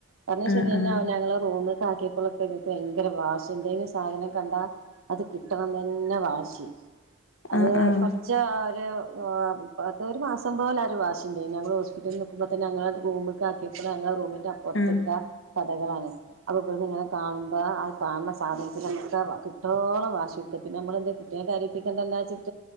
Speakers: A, on the right; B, on the left.
A: പറഞ്ഞത്
B: ആഹ്
A: ശരിയന്നെ
B: ആഹ് ആഹ് ആഹ്
A: അവന് ഞങ്ങള് റൂമില് ആക്കിയപ്പോഴൊക്കെ ഇവന്ക്ക് ഭയങ്കര വാശി എന്തെങ്കിലും സാധനം കണ്ടാ അത് കിട്ടണം തന്നെ വാശി. അത്
B: ആഹ് ആഹ്
A: കൊറച്ച് ഒരു <unintelligible> ഒരു മാസം പോലെ ഒരു വാശി ഉണ്ടായ്ന്നു ഞങ്ങൾ ഹോസ്പിറ്റലിൽ നിനക്കുമ്പോ തന്നെ ഞങ്ങള് റൂമ്ക്ക് ആക്കിയപ്പോള് ഞങ്ങളെ റൂമിന്റെ അപ്പുറത്തൊക്ക
B: ആഹ്
A: കടകളാണ് അപ്പൊ ഇവിടുന്ന് ഇങ്ങനെ കാണുമ്പോ ആ കാണുന്ന സാധനത്തി നോക്കെ കിട്ടോളം വാശി പിടിക്കും പിന്നെ നമ്മള് എന്ത് കുട്ടിയെ കരിയിപ്പിക്കേണ്ടല്ലോ വച്ച്